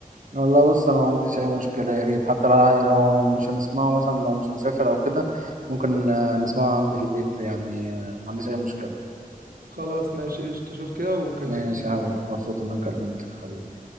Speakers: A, on the right; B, on the right.
A: والله بص انا ما عنديش اي مشكله يا ريت حتى لو لو مش هنسمعه مثلا لو مش هنسافر او كده ممكن آه، نسمعه عندي في البيت يعني آه، ما عنديش اي مشكله
B: خلاص ماشي قشطه شوف كده وكلمني
A: ماشي يا حبيبي مبسوط ان انا كلمتك حبيبي